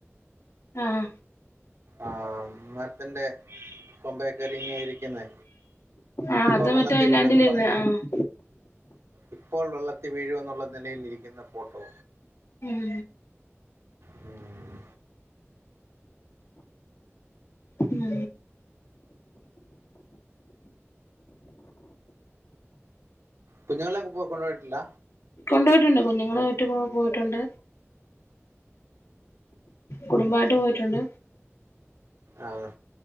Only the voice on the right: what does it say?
ആഹ് മരത്തിന്റെ കൊമ്പേക്കേറിങ്ങനെ ഇരിക്കുന്നെ
ഇപ്പൊ
വെള്ളത്തിൽ
വീഴോന്നും പറഞ്ഞേ
ഇപ്പോൾ വെള്ളത്തി വീഴൂ എന്നുള്ള നിലയിലിരിക്കുന്ന ഫോട്ടോ
ഉം
കുഞ്ഞുങ്ങളൊക്കെ കൊണ്ട് പോയിട്ടില്ല
ആഹ്